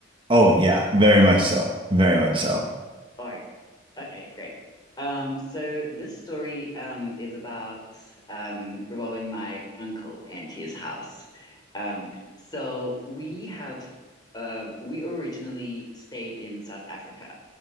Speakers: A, on the right; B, on the left.
A: Oh, yeah, very much so. Very much so.
B: All right. Okay, great. Um, so this story um is about um revolving my uncle and his house. Um, so we have um we originally stayed in South Africa.